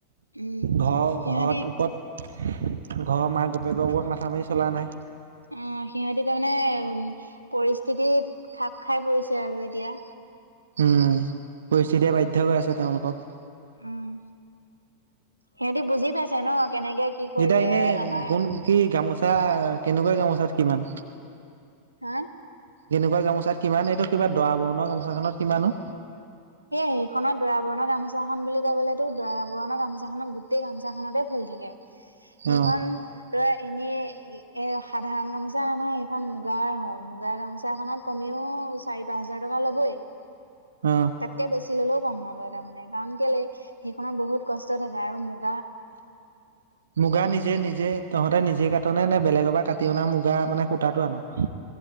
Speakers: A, on the right; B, on the right.
A: উম
B: ঘৰ
A: সিহঁতি
B: ঘৰত ওপৰত ঘৰৰ মাক বাপেকৰ ওপৰত
A: অ
B: মাথা মাৰি চলা নাই।
A: সিহতি তাৰমানে পৰিস্থিতি খাপ খাই পৰিছে আৰু এতিয়া
B: উম পৰিস্থিতিয়ে বাধ্যয় কৰাইছে আছে তেওঁলোকক
A: উম সিহঁতি বুজি পাইছে ন কেনেকে কি কৰিলে
B: যেতিয়া এনে
A: আমাৰ
B: কোন কি গামোচা কেনেকুৱা গামোচাত কিমান
A: হা
B: কেনেকুৱা গামোচাত কিমান এইটো কিবা দৰা বৰণৰ গামোচাখনত কিমানো
A: সেই সেইখননৰ দৰা বৰণৰ গামোচা খন বুলি ক'বলে তো দৰা বৰণৰ গামোচা খক গোটেই গামোচাখনতে ফু ফুল থাকে সেইখন
B: অ
A: ধৰা এনে এ সাধাৰণ গামোচা নহয় সেইখন মুগাৰ হয় মুগাৰ গামোচাখনত কমেও চাৰি পাঁচ হেজাৰ টকা ল'বই
B: অ
A: তাতকে বেছি ললেও কম নলয় তাৰমানে কাৰণ কেলে সেইখনত বহুত কষ্ট থাকে আৰু মোক
B: মুগা নিজে নিজে তহঁতে নিজে কাটনেে নে বেলেগৰ পৰা কাটি অনা মুগা মানে সূতাটো আনক